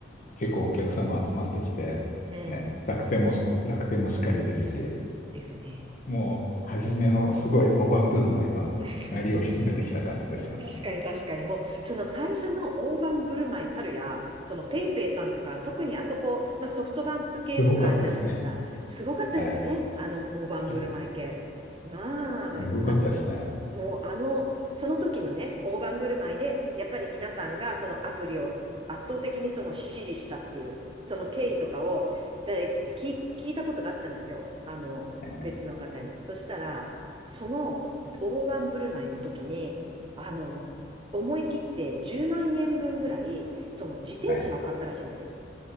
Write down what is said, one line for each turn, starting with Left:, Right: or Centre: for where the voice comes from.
Left: 結構お客様集まってきて、
Right: うん、
Left: ね、楽天も、楽天もしっかりですし、
Right: ですね。
Left: もう、初めのすごい大盤振る舞いは、
Right: うん。<laughs> そう
Left: 鳴りを潜めてきた感じですよね。
Right: 確かに確かに。もう、その最初の大盤振る舞いたるや、そのペイペイさんとか、特にあそこ、まあソフトバンク系とかじゃないですか。
Left: すごかったですね。
Right: すごかったですよね。
Left: はい。
Right: あの大盤振る舞い系。
Left: す
Right: まあ、
Left: ごかったですね。
Right: あもうあの、その時のね、大盤振る舞いで、やっぱり皆さんがそのアプリを圧倒的にその支持したっていう、その経緯とかをで聞い、聞いたことがあったんですよ。あの、
Left: ええ
Right: 別の方に。そしたら、その大盤振る舞いの時に、あの、思い切って10万円分ぐらい、その自転車を買ったらしいんですよ。
Left: はい。